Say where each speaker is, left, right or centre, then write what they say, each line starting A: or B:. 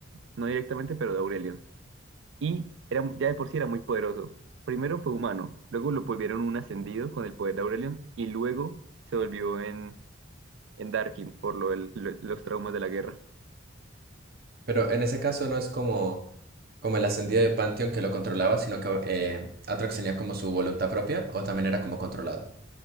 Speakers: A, on the right (about 65°); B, on the right (about 50°).
A: No directamente, pero de Aurelion. Y era, ya de por sí era muy poderoso. Primero fue humano, luego lo volvieron un ascendido con el poder de Aurelion y luego se volvió en en Darkin por lo del- lo- los traumas de la guerra.
B: Pero en ese caso no es como, como el ascendido de Pantheon que lo controlaba, sino que eh, Aatrox tenía como su voluntad propia o también era como controlado.